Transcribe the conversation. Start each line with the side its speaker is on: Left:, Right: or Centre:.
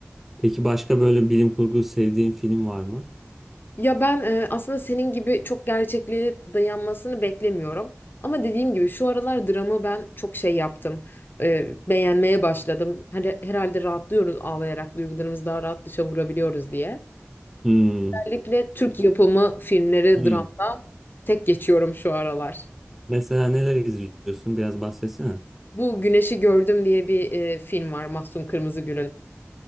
Centre: Peki başka böyle bilim kurgu sevdiğin film var mı?
Left: Ya ben e, aslında senin gibi çok gerçekliğe dayanmasını beklemiyorum. Ama dediğim gibi şu aralar drama ben çok şey yaptım. E, beğenmeye başladım. Hani herhalde rahatlıyoruz ağlayarak duygularımızı daha rahat dışa vurabiliyoruz diye.
Centre: Hmm.
Left: Özellikle Türk yapımı filmleri
Centre: Hmm.
Left: dramda tek geçiyorum şu aralar.
Centre: Mesela neler izliyorsun? Biraz bahsetsene.
Left: Bu Güneşi Gördüm diye bir e, film var Mahsun Kırmızıgül'ün.